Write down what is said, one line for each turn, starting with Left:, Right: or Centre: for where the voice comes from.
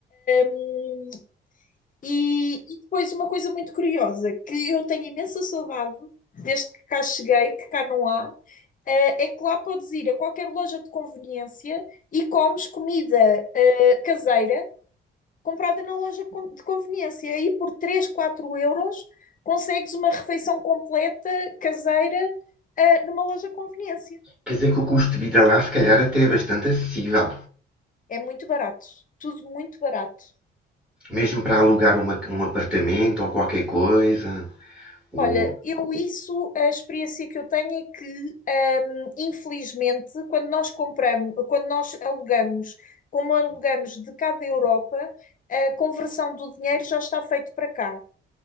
Left: Um, e, e depois uma coisa muito curiosa, que eu tenho imensa saudade desde que cá cheguei, que cá não há, eh, é que lá podes ir a qualquer loja de conveniência e comes comida eh, caseira comprada na loja de conveniência. Aí por 3, 4 euros consegues uma refeição completa caseira eh, numa loja de conveniência.
Centre: quer dizer que o custo de vida lá se calhar até é bastante acessível.
Left: É muito barato, tudo muito barato.
Centre: Mesmo para alugar uma- um apartamento ou qualquer coisa. O-
Left: Olha, eu isso, a experiência que eu tenho é que, hum, infelizmente, quando nós compramos, quando nós alugamos, como alugamos de cá da Europa, a conversão do dinheiro já está feito para cá.